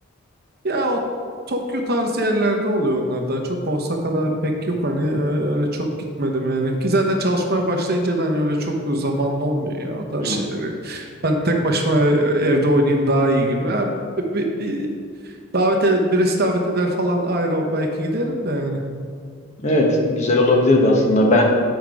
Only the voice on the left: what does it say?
Hı.
Evet, güzel olabilirdi aslında. Ben